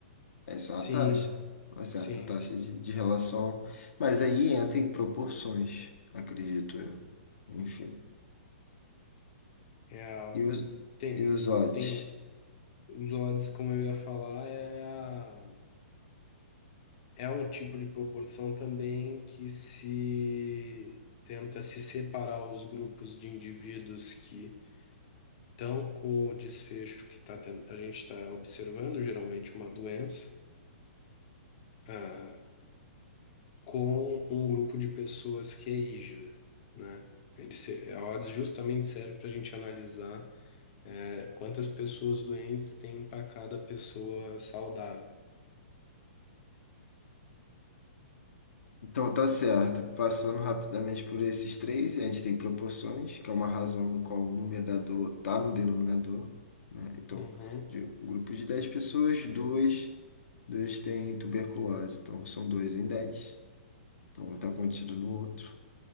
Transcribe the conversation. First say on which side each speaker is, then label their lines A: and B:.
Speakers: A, on the left; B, on the left.
A: É isso
B: Sim,
A: é uma taxa, uma certa
B: sim,
A: taxa de, de relação, mas aí entra em proporções, acredito eu. Enfim.
B: real.
A: E os,
B: Tem,
A: e os odds?
B: tem. Os odds, como eu ia falar, é, a- é um tipo de proporção também que se tenta se separar os grupos de indivíduos que estão com o desfecho que tá ten- a gente está observando, geralmente uma doença, ah, com um grupo de pessoas que é hígida, né? Ele se, a odds justamente serve para a gente analisar, eh, quantas pessoas doentes tem para cada pessoa saudável.
A: Então tá certo. Passando rapidamente por esses três, a gente tem proporções, que é uma razão no qual o numerador está no denominador, né? Então,
B: Uhum.
A: de um grupo de 10 pessoas, duas, duas têm tuberculose, então são dois em dez Então um está contido no outro.